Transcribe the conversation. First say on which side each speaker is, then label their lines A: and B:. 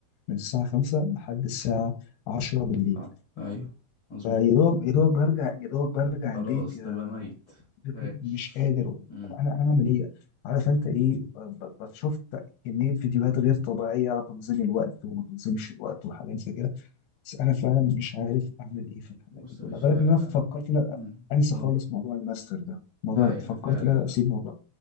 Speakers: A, on the left (about 75°); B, on the left (about 45°).
A: من الساعه 5 لحد الساعه 10 بالليل
B: آه، ايوه مظبوط
A: فيا دوبك يا دوبك برجع يا دوبك برجع
B: خلاص
A: البيت يا
B: تبقى ميت
A: صديقي
B: فاش
A: مش قادر
B: مم.
A: طب انا اعمل ايه عارف انت ايه ب- ب- شفت كميه فيديوهات غير طبيعيه على تنظيم الوقت وما تنظيمش الوقت وحاجات زي كده بس انا فعلا مش عارف اعمل ايه في الحاجات
B: بص
A: دي كلها
B: يا باشا
A: بالك ان
B: أو...
A: انا فكرت ان أنا
B: مم.
A: انسى
B: قول
A: خالص موضوع الماستر ده موضوع
B: لا يا...
A: فكرت
B: لا
A: ان
B: لا
A: انا
B: لا
A: اسيب الموضوع